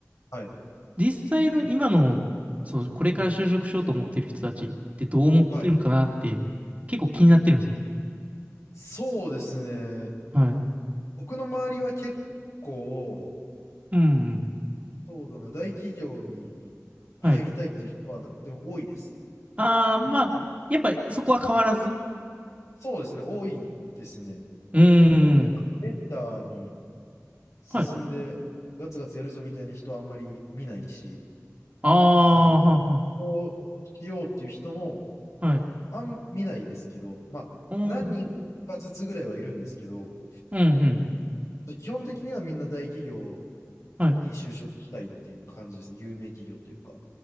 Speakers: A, on the left; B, on the right.
A: はい、
B: 実際の今の、そのこれから就職しようと思ってる人たちってどう思ってるのかなって結構気になってるんですよ。
A: はい。そうですね。
B: はい。
A: 僕の周りは結構、
B: うんうん。
A: そうだな、大企業に入りたいっていう人は、
B: はい。
A: でも多いです。
B: ああ、まあ、やっぱりそこは変わらず。
A: そうですね、多いですね。
B: うーん。
A: ど、ベンチャーに進んで、
B: はい。
A: ガツガツやるぞみたいな人はあんまり見ないし、
B: ああ、
A: その、起
B: はあは
A: 業しようっていう人も、
B: あ。はい。
A: あんま見ないですけど、まあ、
B: おー。
A: 何人かずつぐらいはいるんですけど、
B: うんうん。
A: 基本的にはみんな大企業
B: はい。う
A: に就職したいっていう感じです。有名企業というか。